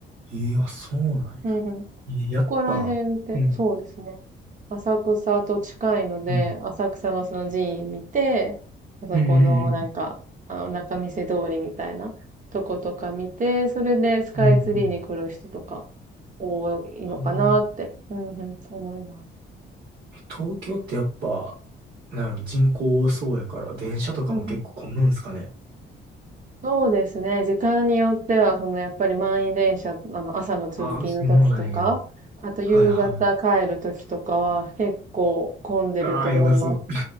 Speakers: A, on the right; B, on the right.
A: ええあ、そうなんや。
B: うんうん。
A: ええやっぱ、
B: そこら辺って、
A: うん
B: そうですね。浅草と近いので、
A: うん
B: 浅草のその寺院見て、あそこのなんか、
A: うんうん
B: あの、仲見世通りみたいなとことか見て、それでスカイツリーに来る人とか
A: うんうんうん
B: 多いのかなって、
A: あの、
B: うんうん、思います。
A: え東京ってやっぱ、なんやろ、人口多そうやから、電車とかも結構混むんすかね。
B: うんうん。そうですね。時間によっては、そのやっぱり満員電車、あの、朝の通勤の時とか、
A: ああ、そうなんや。
B: あと夕方帰る時とかは結構混んでると思います。
A: はいはい。ああ、やばそう。